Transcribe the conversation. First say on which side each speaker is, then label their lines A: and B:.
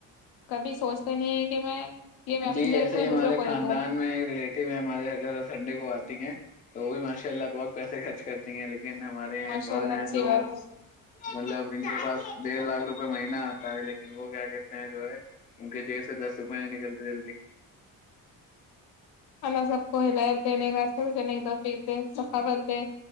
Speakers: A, on the left; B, on the left.
A: کبھی سوچتے نہیں ہے کہ میں یہ میں اپنے
B: جی
A: لیے
B: ایسے
A: رکھوں یا
B: ہی ہمارے
A: دوسروں کو دے
B: خاندان
A: دوں
B: ایک ریلیٹیو ہے ہمارے اگر سنڈے کو آتی ہیں تو وہ بھی ماشاء اللہ بہت پیسے خرچ کرتی لیکن ہمارے یہاں
A: ماشاء
B: ایک اور
A: اللہ
B: ہیں
A: اچھی
B: جو
A: بات ہے
B: مطلب جن کے پاس ڈیڑھ لاکھ روپئے روپ مہینہ آتا ہے لیکن وہ کیا کہتے ہیں جو ہے ان کے جیب سے دس روپئے نکلتے جلدی
A: اللہ سب کو ہدایت دینے راستے میں دینے توفیق دے سخاوت دے